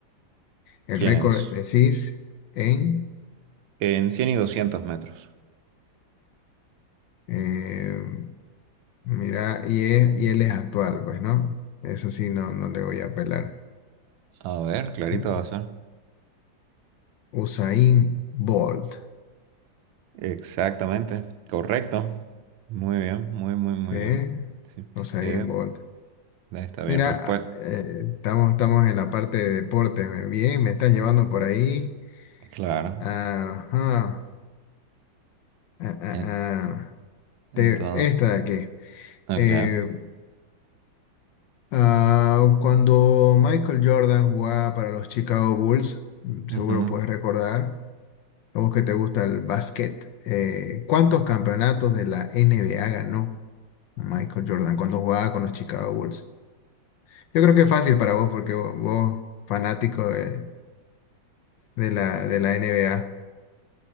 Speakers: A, on the left (about 70°); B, on the right (about 80°).
A: el
B: ¿quién
A: récord
B: es?
A: decís en.
B: En 100 y 200 metros.
A: eh, mira, y, es- y él es actual, pues, ¿no? Eso sí, no, no le voy a apelar.
B: A ver,
A: <laughs>
B: clarito va a ser.
A: Usain Bolt.
B: Exactamente. Correcto. Muy bien, muy, muy, muy
A: ¿Sí?
B: bien. Sí,
A: Usain
B: sí,
A: Bolt.
B: está bien
A: Mira,
B: respuesta.
A: ah, eh, estamos, estamos en la parte de deporte. Bien, me estás llevando por ahí.
B: Claro.
A: Ajá. Ah, ah,
B: En-
A: ah.
B: Entonces,
A: Te- esta de aquí.
B: ok.
A: Eh, ah, cuando Michael Jordan jugaba para los Chicago Bulls, mm,
B: Ujú.
A: seguro puedes recordar, a vos que te gusta el básquet, eh, ¿cuántos campeonatos de la NBA ganó Michael Jordan cuando jugaba con los Chicago Bulls? Yo creo que es fácil para vos porque vo- vos, fanático de, de la, de la NBA.